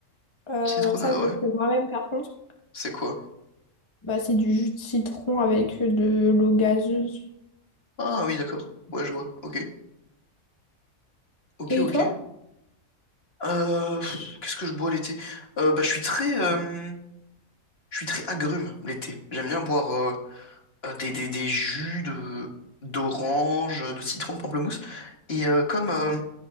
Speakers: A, on the left; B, on the left.
A: Euh,
B: Citronade,
A: ça, je
B: ouais.
A: le fais moi-même, par contre.
B: C'est quoi?
A: Bah, c'est du jus de citron avec de l'eau gazeuse.
B: Ah oui, d'accord. Ouais, je vois. Ok, ok,
A: Et
B: ok.
A: toi?
B: Euh, pff, qu'est-ce que je bois l'été? Euh, bah, je suis très, euh, je suis très agrume l'été. J'aime bien boire. euh, euh, des, des, des jus de d'orange, de citron, de pamplemousse. Et euh, comme euh,